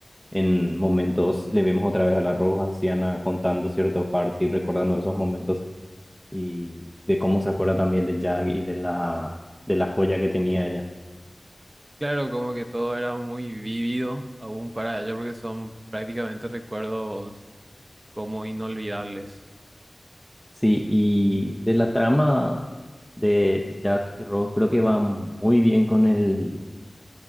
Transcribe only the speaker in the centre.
En momentos le vemos otra vez a la Rose anciana contando cierta parte y recordando esos momentos. y de cómo se acuerda también de Jack y de la, de la joya que tenía ella.
Sí, y de la trama de Jack y Rose creo que va muy bien con el,